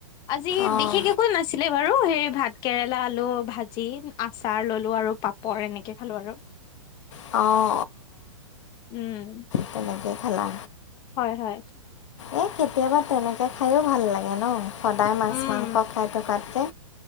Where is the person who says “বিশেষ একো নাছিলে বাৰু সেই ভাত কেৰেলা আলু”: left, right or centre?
Left